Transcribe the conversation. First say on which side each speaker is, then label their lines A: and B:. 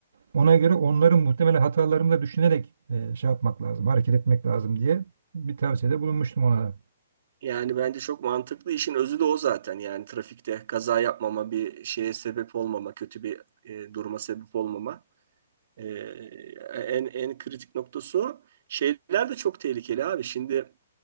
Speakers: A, on the right; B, on the right.
A: Ona göre onların muhtemelen hatalarını da düşünerek e, şey yapmak lazım, hareket etmek lazım diye bir tavsiyede bulunmuştum ona.
B: yani bence çok mantıklı. İşin özü de o zaten. Yani trafikte kaza yapmama, bir şeye sebep olmama, kötü bir e, duruma sebep olmama. E, en en kritik noktası o. Şeyler de çok tehlikeli abi. Şimdi